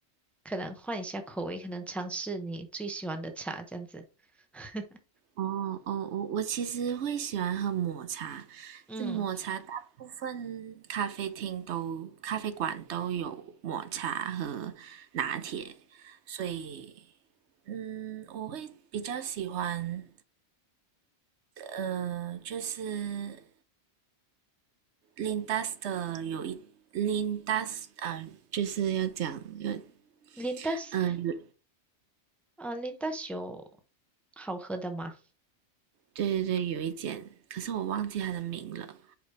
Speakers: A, in the centre; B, on the right (about 75°).
A: 可能换一下口味，可能尝试你最喜欢的茶这样子。<laughs>
B: 哦哦，我我其实会喜欢喝抹茶，
A: 嗯
B: 这抹茶大部分咖啡厅都、咖啡馆都有抹茶和拿铁，所以，嗯，我会比较喜欢，呃，就是 l i n d a 的有一 l i n d a 呃，就是要讲要，嗯、
A: ，Lindas，
B: 呃有，
A: 呃，Lindas 有好喝的吗？
B: 对对对，有一间，可是我忘记它的名了，